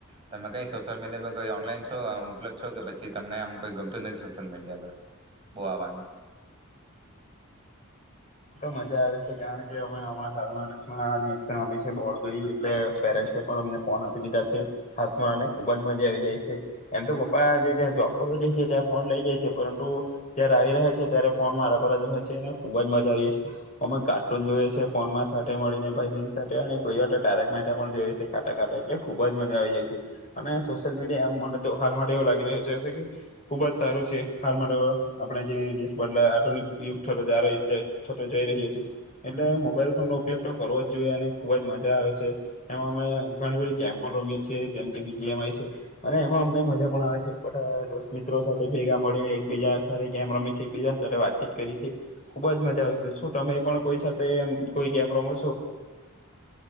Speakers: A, on the right; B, on the left.
A: તમે કઈ સોશિયલ મીડિયા પર કોઈ ઓનલાઈન છો ઉપલબ્ધ છો કે પછી તમને આમ કોઈ ગ નથી સોશિલ મીડિયા પર બવ આવવાનું.
B: મજા આવે કારણ કે અમે હમણાં હ આપી છે બો ગયું એટલે પેરેન્ટ પણ અમને ફોન આપી દીધા છે હામાં ખુબ જ મજા આવી જાય છે એમ તો પપ્પા જે જોબ ફ જાય છે ત્યાં ફોન લઇ જાય છે પરંતુ જયારે આવી રહ્યા છે ત્યારે ફોન મારા પર જ હો છે. ખુબ જ મજા આવીીએ અમે કાર્ટૂન જોઈએ છે ફોનમાં સાથે મળીને ભાઈ બહેન સાથે કોઈ વાર તારક મહેતા પણ જોઈએ છે ખાતા ખાતા એટલે ખુબ જ મજા આવી જાય છે અને સોશિયલ મીડિયામ મને તો હાલ માટે એવું લાગી રહ્યો છે ખુબ જ સારું છે હાલ માટે આપે જે દેશ બદલા આધુનિક યુગ જારે થતો જઈ રહ્યો છે એટલે મોબાઈલ ફોન નો ઉપયોગ તો કરવો જ જોઈએ અને ખુબ જ મજા આવે છે એમાં અમે ઘણી બધી ગેમ પણ રમીએ છેીએ જેમ કે બીજી એમય છે અને એમાં અમને મજા પણ આવે છેાોસ્ત મિત્રો સાથે ભેગા મળીને એકબીજા સાથે ગમ રમી છે એકીજા સાથે વાતચીત કરી છે. ખુબ જ મજા આવે છે શું તમે પણ કોઈ સાથે એમ કોઈ કેમરોમાં છો.